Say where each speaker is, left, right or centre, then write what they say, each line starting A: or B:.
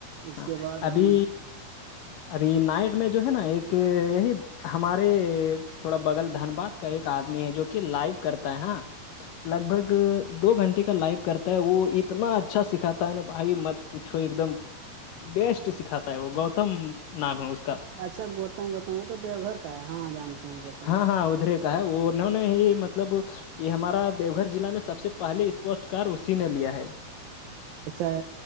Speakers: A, on the right (about 80°); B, on the left (about 75°).
A: اس
B: ہاں
A: کے بعد
B: ابھی
A: ہم
B: ابھی نائٹ میں جو ہے نا ایک یہی ہمارے تھوڑا بغل دھنباد کا ایک آدمی ہے جو کہ لائو کرتا ہے ہاں لگ بھگ دو گھنٹے کا لائف کرتا ہے وہ اتنا اچھا سکھاتا ہے نا بھائی مت پوچھو ایک دم بیسٹ سکھاتا ہے وہ گوتم نام ہے اس کا
A: اچھا گوتم گوتم وہ تو دیو گھر کا ہے ہاں جانتے ہیں گوتم
B: ہاں ہاں ادھرے کہ ہے وہ انہوں نے ہی مطلب یہ ہمارا دیو گھر ضلع میں سب سے پہے اسپشٹ کار اسی نے لیا ہے
A: اچھا